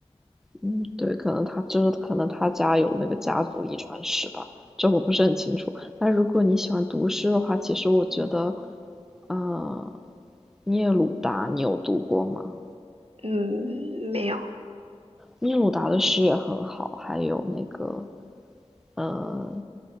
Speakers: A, in the centre; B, on the right.
A: 嗯，对，可能他就是可能他家有那个家族遗传史吧，这我不是很清楚。但如果你喜欢读诗的话，其实我觉得，呃，聂鲁达你有读过吗？
B: 嗯，没有。
A: 聂鲁达的诗也很好，还有那个，呃，